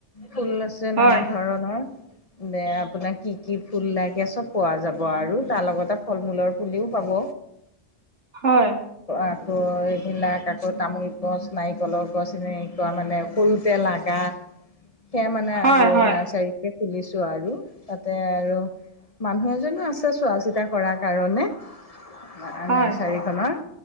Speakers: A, on the left; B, on the right.
A: ফুল যে
B: হয়
A: নানা ধৰণৰ। দে আপোনাক কি কি ফুল লাগে চব পোৱা যাব আৰু তাৰ লগতে ফল মূলৰ ফুলিও পাব।
B: <inaudible> হয়।
A: আকৌ এদিনা আকৌ তামোল গছ নাৰিকলৰ গছ এনেকুৱা মানে সৰুতে লাগা। সেয়া মানে
B: হয়
A: আৰু
B: হয়
A: নাৰ্চাৰীকে খুলিছো আৰু তাতে আৰু মানুহ এজনো আছে চোৱা চিতা কৰ কাৰণে। নাৰ্চাৰীখনৰ
B: হয়